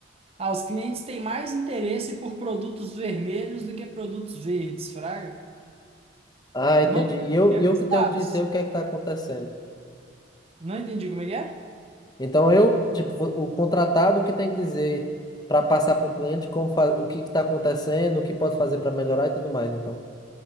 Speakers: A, on the right; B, on the left.
A: ah, os clientes têm mais interesse por produtos vermelhos do que produtos verdes, Fraga.
B: Ah, entendi.
A: Não entendi,
B: E eu, e
A: mas
B: eu que tenho
A: dados.
B: que dizer o que é que está acontecendo.
A: Não entendi como é que é?
B: Então eu, tipo, vo- o contratado, o que tem que dizer para passar para o cliente como fa- o que está acontecendo, o que pode fazer para melhorar e tudo mais, então.